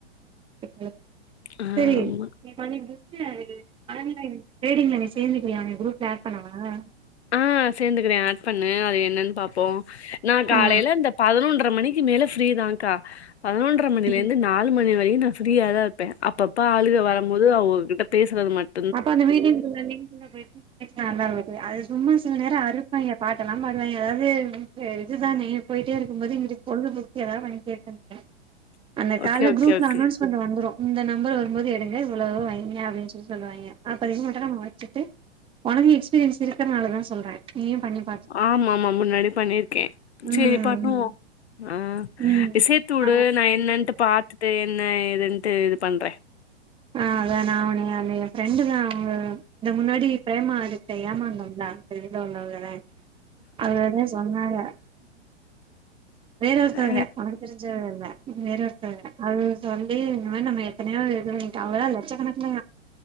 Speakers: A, on the right (about 15°); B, on the left (about 70°).
A: <inaudible>
B: ஆமா
A: சரி நீ பண்ணி எப்டி இதுலகது ஆன்லைன் டிரேடிங்ல நீ சேந்துக்கிறியா உன்ன குரூப்ல ஆட் பண்ணவா
B: ஆ சேர்ந்துக்கிறே ஆட் பண்ணு அது என்னன்னு பாபோ நா காலையில
A: ஆ
B: அந்த பதினொன்ர மணிக் மேல ஃபிரீ தா கா பதினொன்ர மணில
A: ம்
B: இருந்து நாலு மணி வரையு நா ஃபிரீயாதா பே அப்பப்ப ஆளுங்க வரும் போது அவங்ககிட்ட பேசுறது மட்
A: அக்கா அந்த மிட்டிங்குள்ள லிங்க் உள்ள போய்ட்டு கேக்க நல்லா இருக்கு அது சும்மா சில நேர அறுப்பாங்க பாட்டெல்லா பாடுவாங்க அதாவது அ இதுதானே போயிட்டே இருக்கும்போது இங்க பொழுதுபோக்கு ஏதா வண்டி எடுத்தன்ட்டே அந்த கால்ல
B: ஓகே ஓகே
A: குரூப்ல
B: ஓகே
A: அண்ணோன்ஸ்மென்ட் வந்துடு வந்துரு இந்த நம்பர் வரும்போது எடுங்க இவ்ளோவு வைங்க அப்டின்னு சொல் சொல்லுவாங்க அப்ற இது மட்டு நா வச்சட்டு ஒனக்கு எக்ஸ்பீரியன்ஸ் இருக்குறனாலதா சொல்றே நீயு பண்ணி பாத்துக்க
B: ஆமா ஆமா முன்னாடி பண்ணிருக்கே
A: ம்
B: செரி பண்ணுவோ ஆ
A: ம்
B: நீ சேத்து வுடு
A: ஆ
B: நா என்னன்ட்டு பாத்தட்டு என்ன ஏதுன்ட்டு இது பண்றே
A: ஆ அதா நா அவன அந்த எ ஃப்ரெண்டு தா அவங்க இந்த முன்னாடி பிரேமா கிட்ட ஏமாந்தோம்ள அதுல வந்தவங்கதா அவளதா சொன்னாங்க வேற ஒருத்தவங்க
B: அ
A: உனக்கு தெரிஞ்சங்க இல்ல வேற ஒருத்தவங்க அது சொல்லி இந்த மாரி நம்ம எத்தனையோ இது நி அவ்ளதா லட்சக்கணக்குல